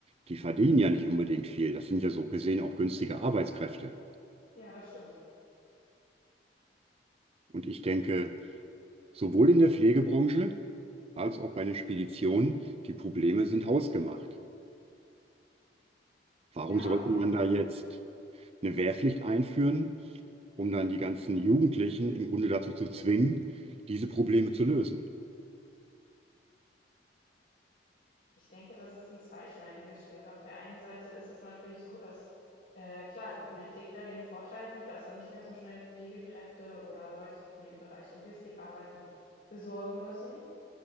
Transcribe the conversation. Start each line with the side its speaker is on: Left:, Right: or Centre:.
Right: die verdienen ja nicht unbedingt viel. Das sind ja so gesehen auch günstige Arbeitskräfte.
Left: Ja, das stimmt.
Right: Und ich denke, sowohl in der Pflegebranche, als auch bei den Speditionen, die Probleme sind hausgemacht. Warum
Left: Ja,
Right: sollte
Left: auf jeden
Right: man
Left: Fall.
Right: da jetzt eine Wehrpflicht einführen, um dann die ganzen Jugendlichen im Grunde dazu zu zwingen, diese Probleme zu lösen?
Left: Ich denke, das ist ein zweischneidiges Schwert. Auf der einen Seite ist es natürlich so, dass, äh, klar, die Politik da den Vorteil sieht, dass er nicht mehr so schnell Pflegekräfte oder Leute, die im Bereich Logistik arbeiten, besorgen müssen.